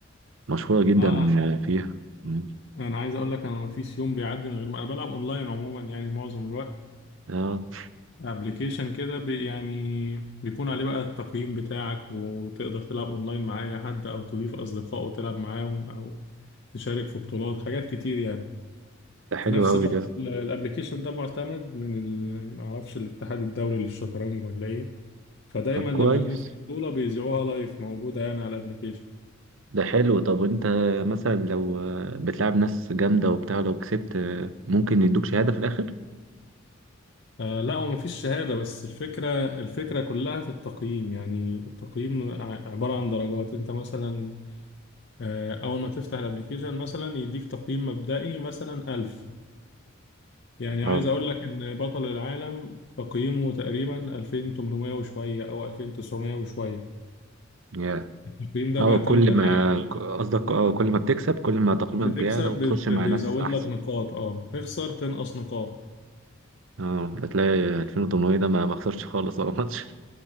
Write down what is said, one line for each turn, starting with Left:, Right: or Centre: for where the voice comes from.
Right: مشهورة جدا
Left: اه
Right: فيها مم.
Left: انا عايز اقول لك انا ما فيش يوم بيعدي من غير ما انا بلعب اونلاين عموما يعني معظم الوقت
Right: اه
Left: ابلكيشن كده بي يعني بيكون عليه بقى التقييم بتاعك وتقدر تلعب اونلاين مع اي حد او تضيف اصدقاء وتلعب معاهم او تشارك في بطولات حاجات كتير يعني
Right: ده حلو
Left: في نفس
Right: أوي
Left: الوقت
Right: ده
Left: الابلكيشن ده معتمد من ال- معرفش الاتحاد الدولي للشطرنج ولا ايه فدايما
Right: طب كويس
Left: لما يكون في بطولة بيذيعوها لايف موجودة يعني على الابلكيشن
Right: ده حلو طب انت مثلا لو آه، بتلعب ناس جامدة وبتاع لو كسبت آه، ممكن يدوك شهادة في الآخر؟
Left: آه لا هو مفيش شهادة بس الفكرة الفكرة كلها في التقييم يعني التقييم ع- عبارة عن درجات انت مثلا آه، أول ما تفتح الابليكيشن مثلا يديك تقييم مبدئي مثلا 1000 يعني
Right: اه
Left: عايز أقول لك إن بطل العالم تقييمه تقريبا 2800 وشوية أو 2900 وشوية
Right: يا
Left: التقييم ده
Right: اه
Left: بيعتمد
Right: كل
Left: على
Right: ما
Left: إيه؟
Right: ك- قصدك اه كل ما بتكسب كل ما تقييمك
Left: بتكسب
Right: بيعلى وبتخش
Left: بت-
Right: مع
Left: بيزود
Right: ناس أحسن
Left: لك نقاط أه تخسر تنقص نقاط
Right: اه هتلاقي 2800 ده ما ما خسرش خالص ولا ماتش